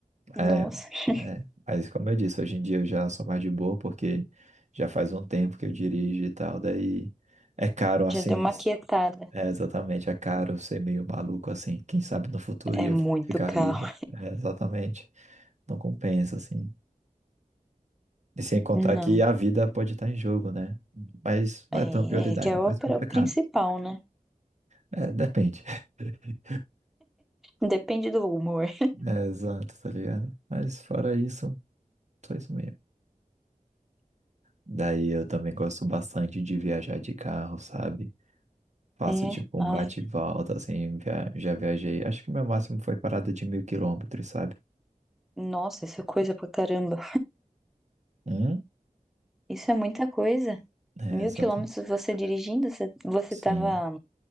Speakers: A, in the centre; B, on the right (about 55°).
A: Uhum.
B: É,
A: Nossa,
B: é,
A: <laughs>
B: mas como eu disse, hoje em dia eu já sou mais de boa porque já faz um tempo que eu dirijo e tal, daí é caro
A: já
B: assim,
A: deu uma
B: s-
A: quietada.
B: é, exatamente, é caro ser meio maluco assim, quem sabe no futuro
A: É
B: ia
A: muito
B: ficar
A: carro.
B: rico, é, exatamente, não compensa assim. E sem contar
A: Não,
B: que a vida pode estar em jogo, né? Mas não
A: é,
B: é tão prioridade,
A: é que é
B: é
A: o
B: mais porque
A: pra-
B: é caro.
A: principal, né?
B: É, depende. <laughs>
A: Depende do humor.
B: É, exato, tá ligado? Mas fora isso, só isso mesmo. Daí eu também gosto bastante de viajar de carro, sabe? Faço
A: É,
B: tipo
A: ai.
B: um bate e volta, assim, via- já viajei. Acho que meu máximo foi parada de mil quilômetros, sabe?
A: Nossa, isso é coisa pra caramba.
B: Hum?
A: Isso é muita coisa.
B: É,
A: Mil
B: exato.
A: quilômetros você dirigindo, você, você
B: Sim.
A: tava,